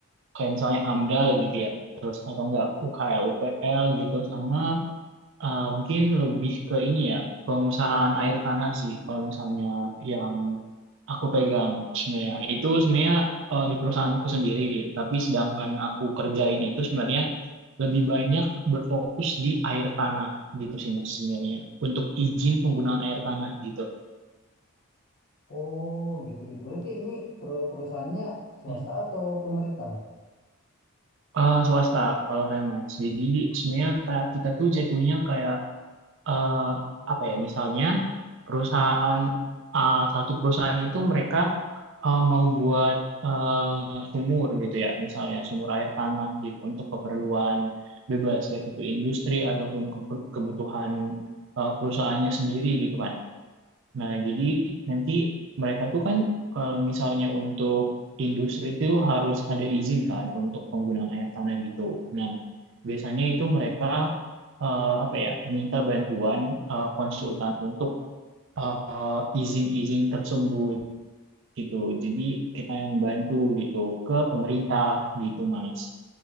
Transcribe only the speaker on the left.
Oh gitu gitu. Berarti ini per- perusahaannya swasta
atau pemerintah Mas?